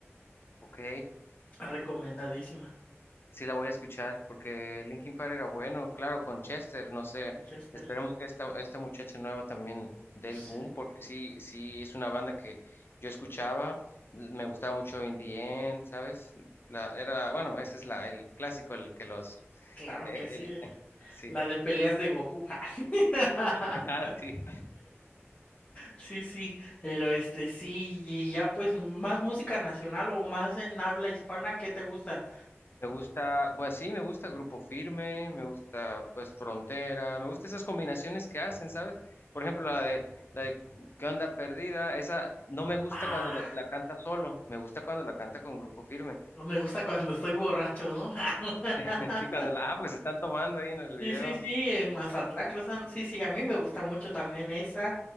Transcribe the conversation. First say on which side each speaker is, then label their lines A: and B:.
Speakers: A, on the left; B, on the left.
A: Ok,
B: Recomendadísima.
A: Sí la voy a escuchar porque Linkin Park era bueno, claro, con Chester, no sé,
B: Manchester.
A: esperemos que esta, esta muchacha nueva también dé
B: Sí,
A: el boom porque sí, sí es una banda que yo escuchaba, l- me gustaba mucho In the End, ¿sabes? La, era, bueno, ese es la, el clásico, el que los,
B: claro
A: eh,
B: que sí.
A: el- <laughs> sí,
B: La de peleas de Goku. <laughs>
A: <laughs> ah, sí.
B: Sí, sí. Pero este, sí. Y ya, pues, más música nacional o más en habla hispana, ¿qué te gusta?
A: Me gusta, pues sí, me gusta Grupo Firme, me gusta pues Frontera, me gusta esas combinaciones que hacen, ¿sabes? Por ejemplo, la de la de ¿Qué onda perdida? Esa no me gusta
B: Ah,
A: cuando la, la canta solo, me gusta cuando la canta con Grupo Firme.
B: no me gusta cuando estoy borracho, ¿no? <laughs>
A: <laughs> Sí, cuando la, ah, pues están tomando ahí en el video.
B: Sí, sí, sí, en Mazatlán, Cruzan sí, sí, a mí me gusta mucho también esa